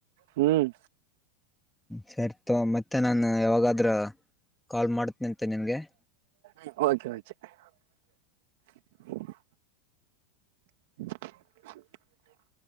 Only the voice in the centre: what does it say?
ಸರಿತಗೋ ಮತ್ತೆ ನಾನು, - ಯಾವಾಗಾದ್ರ ಕಾಲ್ ಮಾಡತ್ನಿ ಅಂತೆ ನಿನ್ಗೆ., -